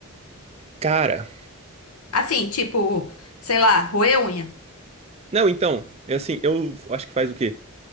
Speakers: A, on the right; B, on the left.
A: Cara,
B: Assim, tipo, sei lá, roer unha.
A: não, então, é assim, eu acho que faz o quê?